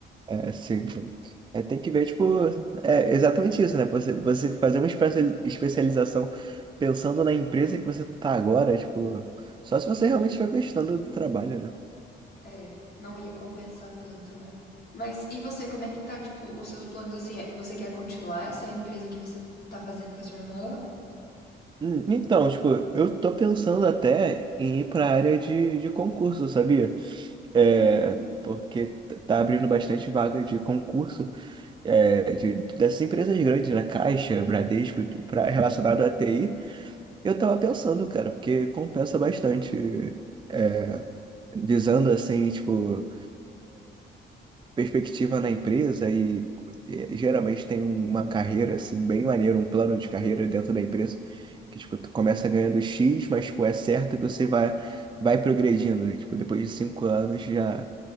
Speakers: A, on the right (about 25°); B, on the left (about 55°).
A: é, sim, é, tem que ver, tipo, é exatamente isso, né? Você, você fazer uma espe- especialização pensando na empresa que você tá agora, tipo, só se você
B: Não.
A: realmente estiver gostando do trabalho, né?
B: É, não ia compensar tanto, né? Mas e você, como é que tá, tipo, os seus planos assim? é- Você quer continuar essa empresa que você tá fazendo com a sua irmã?
A: Hum, Então, tipo, eu tô pensando até em ir pra área de, de concurso, sabia? É,
B: Hum,
A: porque t- tá abrindo bastante vaga de concurso é, de, dessas empresas grandes, né? Caixa, Bradesco, pra, relacionado à TI. Eu tava pensando, cara, porque compensa bastante, é, visando assim, tipo, perspectiva na empresa e, e geralmente tem uma carreira assim bem maneira, um plano de carreira dentro da empresa que tipo tu começa ganhando X, mas tipo é certo que você vai vai progredindo, e, tipo depois de cinco anos já